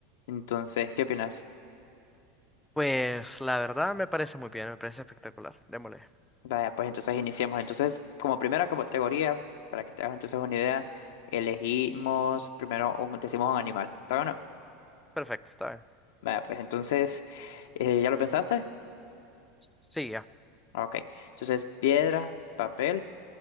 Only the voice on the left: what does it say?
Entonces, ¿qué opinas?
Vaya, pues entonces iniciemos. Entonces, como primera categoría, para que te hagas entonces una idea, elegimos primero un, decimos un animal. ¿Está bueno?
Vaya, pues entonces, eh, ¿ya lo pensaste?
Ah, Ok. Entonces, piedra, papel,